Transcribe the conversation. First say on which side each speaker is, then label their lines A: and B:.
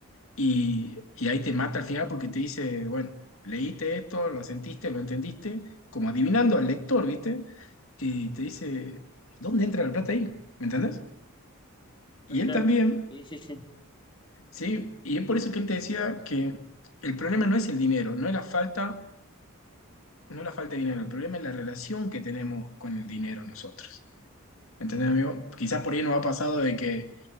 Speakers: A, on the left; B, on the left.
A: Y, y ahí te mata al final porque te dice, bueno, leíste esto, lo sentiste, lo entendiste, como adivinando al lector, ¿viste? Y te dice, ¿dónde entra la plata ahí? ¿Me entendés? Y él
B: Claro,
A: también,
B: Sí, sí, sí.
A: ¿sí? Y es por eso que él te decía que el problema no es el dinero, no es la falta, no es la falta de dinero, el problema es la relación que tenemos con el dinero nosotros. ¿Entendés, amigo? Quizás por ahí nos ha pasado de que